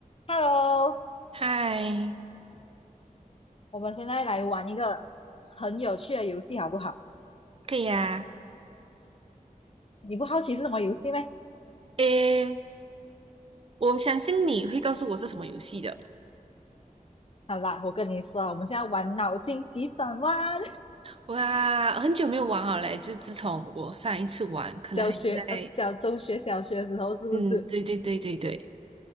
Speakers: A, on the left (about 40°); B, on the right (about 40°).
A: Hello，
B: 嗨，
A: 我们现在来玩一个很有趣的游戏，好不好？
B: 可以啊，
A: 你不好奇是什么游戏吗？
B: 诶，我相信你会告诉我是什么游戏的。
A: 好啦，我跟你说啊我们现在玩脑筋急转弯。
B: 哇，很久没有玩了嘞，就自从我上一次玩，
A: <laughs>
B: 可能还是在……
A: 小学，呃，小中学、小学的时候是不是？
B: 嗯，对对对对对